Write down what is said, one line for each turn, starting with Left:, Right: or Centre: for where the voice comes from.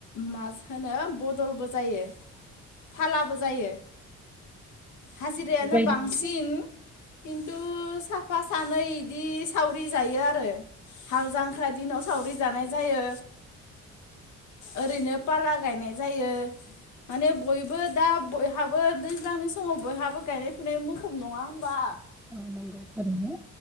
Left: मा होनो बदलबो जायो, फालाबो जायो। हाजिरायानो
Centre: बेबायदिनो
Left: बांसिन। खिन्थु साफ साफा सानै बिदि सावरि जायो आरो हाल जांख्रा दिनाव सावरि जानाय जायो, ओरैनो पाला गायनाय जायो, माने बयबो दा बयहाबो दैज्लांनि समाव बयहाबो गायनाय फुनाय मुखुब, नङा होमबा?
Centre: औ नंगौ थारैनो।